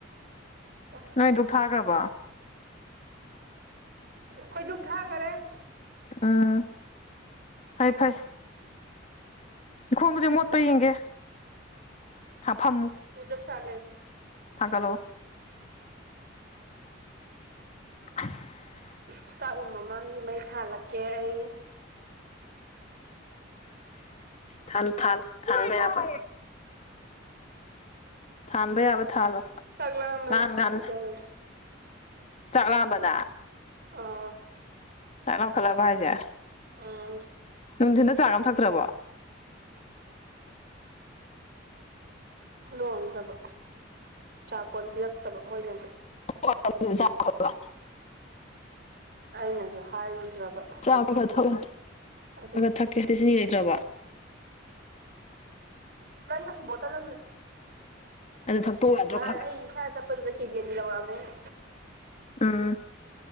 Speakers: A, on the right (about 55°); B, on the left (about 35°).
A: <inaudible>
B: ꯅꯣꯏ ꯘꯨꯛ ꯊꯥꯈ꯭ꯔꯕꯣ
A: ꯈꯣꯏ ꯗꯨꯛ ꯊꯥꯈꯔꯦ
B: ꯎꯝ ꯐꯩ ꯐꯩ ꯅꯈꯣꯡꯗꯨꯗꯤ ꯃꯣꯠꯄꯔꯥ ꯌꯦꯡꯒꯦ ꯍꯥ ꯐꯝꯃꯨ
A: ꯎꯗꯞ ꯆꯂꯦꯁ <inaudible>
B: ꯊꯥꯒꯠꯂꯛꯑꯣ ꯑꯁ
A: ꯏꯁꯇꯥꯞꯔꯨꯝ ꯃꯃꯥꯡꯒꯤ ꯃꯩ ꯊꯥꯜꯂꯛꯀꯦ ꯑꯩ
B: ꯊꯜꯂꯨ ꯊꯜꯂꯨ ꯊꯥꯟꯕ ꯌꯥꯕꯥ ꯊꯥꯟꯕ ꯌꯥꯕ ꯊꯥꯜꯂꯣ
A: ꯆꯛ ꯂꯥꯝꯕꯅ
B: ꯉꯥꯟ
A: ꯁꯤꯒꯦ
B: ꯉꯥꯟꯂꯦ
A: ꯇꯧꯋꯤ
B: ꯆꯥꯛ ꯂꯥꯝꯕꯅ
A: ꯑꯥ
B: ꯆꯥꯛ ꯂꯝꯈꯠꯂꯥꯛꯑꯕ ꯍꯥꯏꯖꯦ
A: ꯑꯝ
B: ꯅꯨꯡꯊꯤꯟꯗ ꯆꯥ ꯒ ꯑꯝ ꯊꯛꯇ꯭ꯔꯕꯣ
A: ꯂꯣꯟꯗꯕ ꯆꯥꯛꯀꯣꯟ ꯄꯤꯔꯛꯇꯕ ꯃꯣꯏꯅꯁꯨ
B: <unintelligible>
A: ꯑꯩꯅꯁꯨ ꯍꯥꯏꯔꯨꯗ꯭ꯔꯕ
B: ꯆꯥꯛ ꯈ ꯈꯔ ꯊꯛꯦ ꯈ
A: ꯑꯗꯨ
B: ꯈꯔ ꯊꯛꯀꯦ ꯍꯥꯏꯗꯤ ꯆꯤꯅꯤ ꯂꯩꯇ꯭ꯔꯕ
A: ꯑꯁꯨ ꯕꯣꯇꯜ ꯑꯃꯅꯦ
B: ꯑꯗꯨ ꯊꯛꯇꯣꯛꯎ ꯌꯥꯗ꯭ꯔꯣ
A: ꯉꯍꯥꯟ
B: ꯈꯒ
A: ꯑꯩ ꯏꯁꯥ ꯆꯄ ꯐꯂꯗ ꯀꯖꯤꯅꯤ ꯂꯧꯔ ꯑꯃꯅꯤꯅꯦ
B: ꯑꯥ